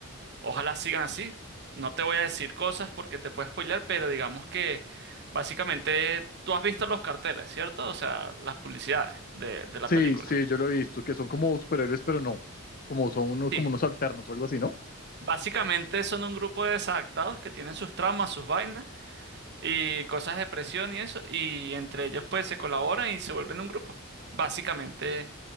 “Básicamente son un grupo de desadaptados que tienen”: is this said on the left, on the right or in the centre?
Right